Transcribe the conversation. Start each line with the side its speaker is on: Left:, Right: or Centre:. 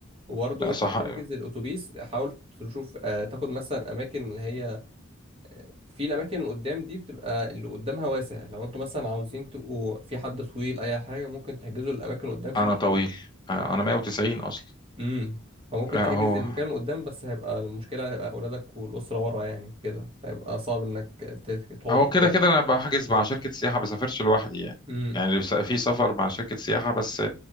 Right: وبرضه
Left: لا
Right: وانت
Left: صح
Right: بتحجز الاتوبيس حاول تشوف آه تاخد مثلا اماكن اللي هي آه، في الاماكن اللي قدام دي بتبقى اللي قدامها واسع لو انتوا مثلا عاوزين تبقوا في حد طويل اي حاجه ممكن تحجزوا الاماكن اللي قدام في
Left: انا
Right: الاتوبيس
Left: طويل انا 190 اصلا
Right: امم فممكن
Left: لا
Right: تحجز
Left: هو
Right: المكان اللي قدام بس هيبقى المشكله هيبقى اولادك والاسره ورا يعني كده هيبقى صعب انك ت- تقعد
Left: هو
Right: قدام
Left: كده كده انا بحجز مع شركه سياحه بسافرش لوحدي يعني
Right: امم
Left: يعني لو س- في سفر مع شركه سياحه بس